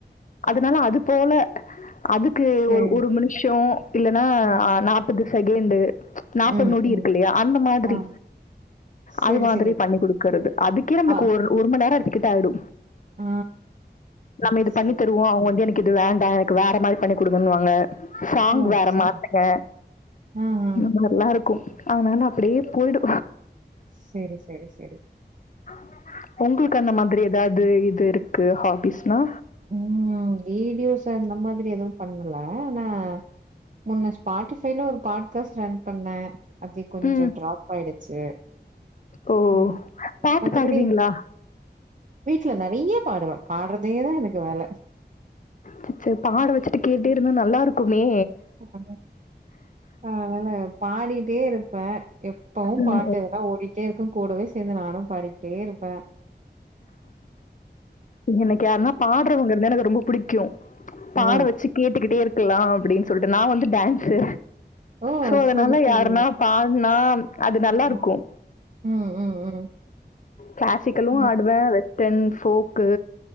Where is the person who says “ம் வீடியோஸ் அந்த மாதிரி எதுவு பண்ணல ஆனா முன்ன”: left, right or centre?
Right